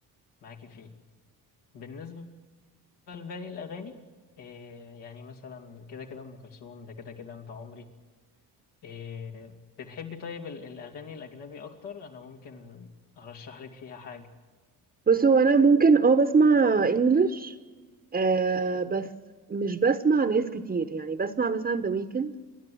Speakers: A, on the left; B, on the right.
A: معاكي فيه بالنسبة لباقي الأغاني إيه يعني مثلا كده كده أم كلثوم ده كده كده أنت عمري إيه بتحبي طيب ال- الأغاني الأجنبي أكتر أنا ممكن أرشح لك فيها حاجة
B: بص هو انا ممكن اه بسمع انجلش آه بس مش بسمع ناس كتير يعني بسمع مثلا ذا ويكند